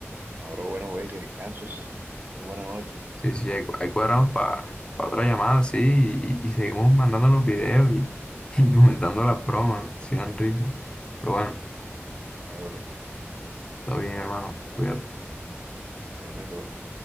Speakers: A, on the right; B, on the left.
A: ahora, bueno, güey, que descanses. Que pases buena noche.
B: Sí, sí, ahí, cu- ahí cuadramos para otra llamada, sí, y- y seguimos mandando los videos y, <laughs> y comentando las bromas, si dan risa. Pero bueno,
A: Vale, bro.
B: todo bien, hermano. Cuídate.
A: Igualmente, bro.